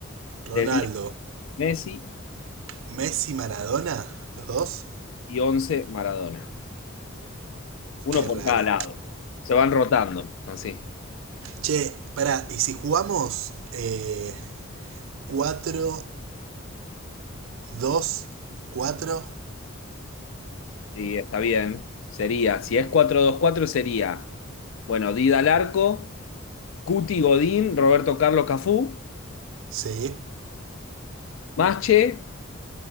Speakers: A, on the left (about 70°); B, on the right (about 70°).
A: De
B: Ronaldo,
A: 10 Messi
B: Messi, Maradona, los dos.
A: y 11 Maradona. Uno
B: Qué
A: por
B: raro.
A: cada lado. Se van rotando, así.
B: Che, pará, ¿y si jugamos eh, 4, 2, 4?
A: Sí, está bien. Sería, si es cuatro dos cuatro sería, bueno, Dida al arco, Cuti Godín, Roberto Carlos Cafú,
B: Sí.
A: Masche,